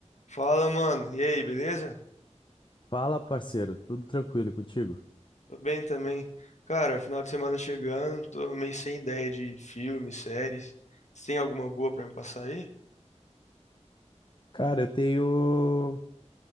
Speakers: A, on the left; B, on the left.
A: Fala, mano. E aí, beleza?
B: Fala, parceiro, tudo tranquilo contigo?
A: Tô bem também. Cara, final de semana chegando, tô meio sem ideia de filmes, séries. Você tem alguma boa pra me passar aí?
B: Cara, eu tenho.